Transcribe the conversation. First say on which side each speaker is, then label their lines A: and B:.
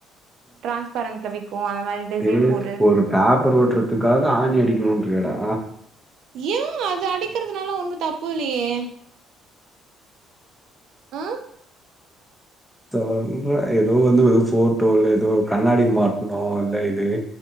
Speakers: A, on the right (about 65°); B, in the centre.
A: டிரான்ஸ்பரண்ட்ல வி க்கு அந்த மாரி டிசைன்
B: பே
A: போட்டு
B: ஒரு பேப்பர் ஒட்றதுக்காக ஆணி அடிக்கணுன்றியாடா
A: ஏ அது அடிக்கிறதுனால ஒன்னு தப்புல்லயே ஆ
B: தெர்ல எதோ வந்து எதோ ஃபோட்டோ இல்ல எதோ கண்ணாடி மாட்ணு இல்ல இது